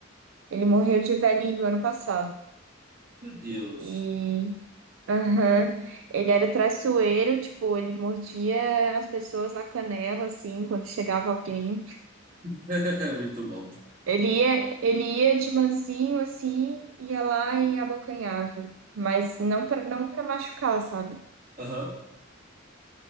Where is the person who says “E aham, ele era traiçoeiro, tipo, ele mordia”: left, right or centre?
Right